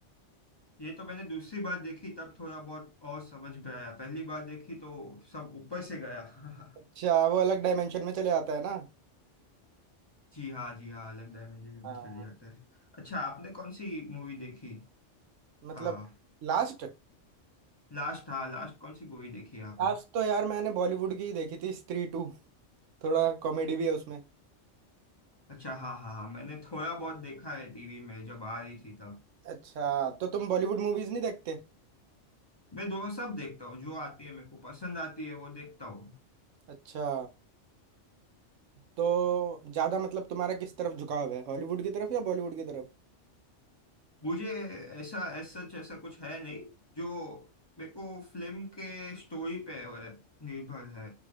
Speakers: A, on the left (about 25°); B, on the right (about 85°).
A: ये तो मैंने दूसरी बार देखी तब थोड़ा बहुत और समझ में आया पहली बार देखी तो सब ऊपर से गया <laughs>
B: अच्छा वो अलग डायमेंशन में चले आता है ना
A: जी हाँ जी हाँ अलग डायमेंशन
B: हाँ
A: में चले जाते हैं अच्छा आपने कौन सी मूवी देखी
B: मतलब
A: आ,
B: लास्ट
A: लास्ट हाँ लास्ट कौन सी मूवी देखी है आपने
B: लास्ट तो यार मैंने बॉलीवुड की ही देखी थी स्त्री टू थोड़ा कॉमेडी भी है उसमें
A: अच्छा हाँ हाँ हाँ मैंने थोड़ा बहुत देखा है टीवी में जब आ रही थी तब
B: अच्छा तो तुम बॉलीवुड मूवीज नहीं देखते
A: मैं दो सब देखता हूँ जो आती है मेरे को पसंद आती है वो देखता हूँ
B: अच्छा तो ज्यादा मतलब तुम्हारा किस तरफ झुकाव है हॉलीवुड की तरफ या बॉलीवुड की तरफ
A: मुझे ऐसा एज सच ऐसा कुछ है नहीं जो मेरे को फिल्म के स्टोरी पे है- निर्भर है